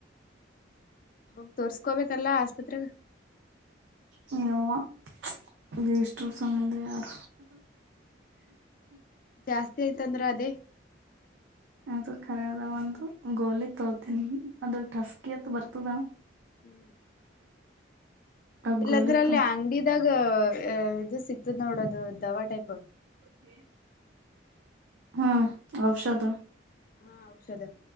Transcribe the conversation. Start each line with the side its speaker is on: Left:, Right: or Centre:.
Left: ಹ ಮಗ್ ತೋರ್ಸ್ಕೋಬೇಕಲ್ಲ ಆಸ್ಪತ್ರೆಗೆ.
Right: ನೀ ಯವ್ವಾ. ವಷ್ಟ ಸಂಂದ ಯಾರ
Left: ಜಾಸ್ತಿ ಆಯ್ತಂದ್ರ ಅದೇ.
Right: ಅದು ಖರದ ಒಂದು ಗೋಲಿ ತೋತನಿ ಅದು ಟಸ್ಕಿ ಅತ್ ಬರ್ತದ.
Left: ಹ್ಞೂ.
Right: ಆ
Left: ಇಲ್ಲಾಂದ್ರೆ
Right: ಗೋಲಿತ್ತು
Left: ಅಲ್ಲಿ ಅಂಗಡಿದಾಗ ಇದು ಸಿಕ್ತದ ನೋಡೋದು ದವಾ ಟೈಪ್.
Right: ಹತ್ತ ಹ್ಮ್ ಔಷಧ
Left: ಹಾ ಔಷಧ